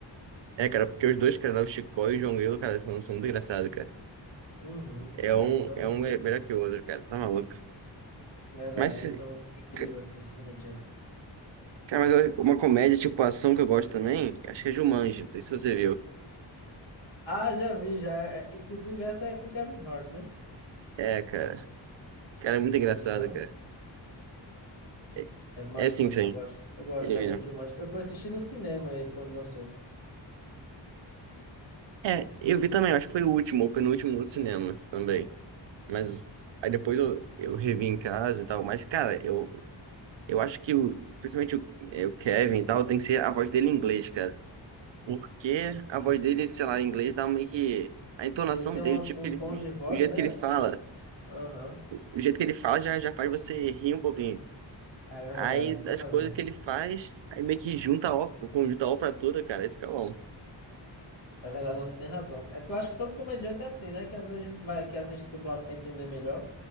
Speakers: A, on the right; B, on the left.
A: É, cara, porque os dois, cara, lá, o Chicó e o João Grilo, cara, são, são muito engraçados, cara.
B: Uhum.
A: É
B: Não,
A: um,
B: Eles são,
A: é um me- melhor que o outro, cara, tá maluco.
B: verdade,
A: Mas,
B: eles
A: se-
B: são incríveis
A: ca-
B: assim, os comediantes.
A: cara, mas eu- uma comédia tipo ação que eu gosto também, acho que é Jumanji, não sei se você viu.
B: Ah, já vi, já. É- é, inclusive, essa é com Kevin Hart, né?
A: É, cara, cara, é muito
B: Se
A: engraçado,
B: eu não me engano.
A: cara. É,
B: É massa
A: é sim,
B: também,
A: sim,
B: eu gosto. Eu gosto
A: ele
B: daquele
A: mesmo.
B: de Jumanji. Eu fui assistir no cinema ele quando lançou.
A: É, eu vi também, acho que foi o último, ou penúltimo no cinema também. Mas aí depois eu, eu revi em casa e tal, mas, cara, eu, eu acho que, o, principalmente o, é, o Kevin e tal, tem que ser a voz dele em inglês, cara. Porque a voz dele, sei lá, em inglês dá meio que. A entonação
B: Ele tem
A: dele,
B: um,
A: tipo,
B: um
A: ele,
B: tom de voz,
A: o jeito
B: né?
A: que ele fala.
B: Aham.
A: O jeito que ele fala já, já faz você rir um pouquinho.
B: É verdade,
A: Aí
B: você tem
A: as
B: razão.
A: coisas que ele faz, aí meio que junta a ópera, conjunta a ópera toda, cara, aí fica bom.
B: É verdade, não, você tem razão. É, tu acha que todo comediante é assim, né? Que às vezes a gente vai, que assiste dublado pra entender melhor.